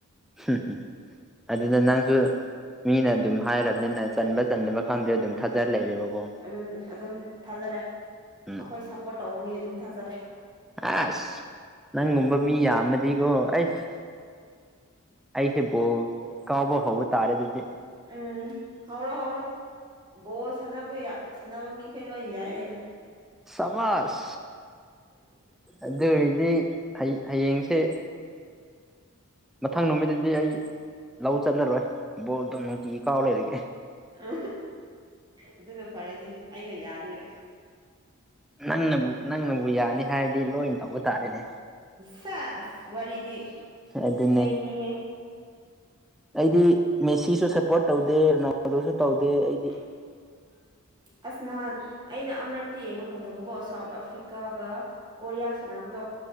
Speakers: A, in the centre; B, on the right (about 20°).
A: ꯍꯝ ꯍꯝ ꯑꯗꯨꯅ ꯅꯪꯁꯨ ꯃꯤꯅ ꯑꯗꯨꯝ ꯍꯥꯏꯔꯕꯅꯤꯅ ꯆꯟꯕ ꯆꯟꯗꯕ ꯈꯪꯗ꯭ꯔꯦ ꯑꯗꯨꯝ ꯊꯥꯖꯔ ꯂꯩꯔꯦꯕꯀꯣ
B: ꯑꯗꯨꯝ ꯑꯗꯨꯝ ꯊꯥꯖꯔꯦ ꯑꯩꯈꯣꯏ
A: ꯎꯝ
B: ꯁꯞꯄꯣꯔꯠ ꯇꯧꯕ ꯃꯤꯁꯦ ꯑꯗꯨꯝ ꯊꯥꯖꯔꯦ
A: ꯑꯁ ꯅꯪꯒꯨꯝꯕ ꯃꯤ ꯌꯥꯝꯃꯗꯤꯀꯣ ꯑꯩꯁ ꯑꯩꯁꯦꯕꯨꯕꯣ ꯀꯥꯎꯕ ꯍꯧꯕ ꯇꯥꯔꯦ ꯑꯗꯨꯗꯤ
B: ꯎꯝ ꯍꯧꯔꯣ ꯍꯧꯔꯣ ꯕꯣ ꯁꯥꯟꯅꯕ ꯁꯥꯟꯅꯕ ꯃꯤꯈꯩ ꯂꯣꯏ ꯌꯥꯏ ꯑꯩꯅ
A: ꯁꯃꯖ ꯑꯗꯨ ꯑꯣꯏꯔꯗꯤ ꯍꯌꯦꯡꯁꯦ ꯃꯊꯪ ꯅꯨꯃꯤꯠꯇꯗꯤ ꯑꯩ ꯂꯧ ꯆꯠꯂꯔꯣꯏ ꯕꯣꯔꯗꯣ ꯅꯨꯡꯇꯤꯒꯤ ꯀꯥꯎ ꯂꯩꯔꯒꯦ
B: ꯑ ꯑꯗꯨꯅ ꯐꯔꯅꯤ ꯑꯩꯅ ꯌꯥꯅꯤꯡꯉ
A: ꯅꯪꯅꯕꯨ ꯅꯪꯅꯕꯨ ꯌꯥꯅꯤ ꯍꯥꯏꯔꯗꯤ ꯂꯣꯏꯅ ꯇꯧꯕ ꯇꯥꯔꯦꯅꯦ
B: ꯁꯥꯁ ꯋꯥꯔꯤꯗꯤ
A: ꯑꯗꯨꯅꯦ
B: ꯃꯅꯦ
A: ꯑꯩꯗꯤ ꯃꯦꯁꯤꯁꯨ ꯁꯞꯄꯣꯔꯠ ꯇꯧꯗꯦ ꯔꯣꯅꯥꯜꯗꯣꯁꯨ ꯇꯧꯗꯦ ꯑꯩꯗꯤ
B: <unintelligible> ꯑꯁꯅꯥꯍꯥꯟ ꯑꯩꯅ ꯑꯃꯨꯔꯛꯇ ꯌꯦꯡꯉ ꯐꯪꯉꯦꯕꯀꯣ ꯁꯥꯎꯠ ꯑꯐ꯭ꯔꯤꯀꯥꯒ ꯀꯣꯔꯤꯌꯥ ꯁꯥꯟꯅꯕꯗꯣ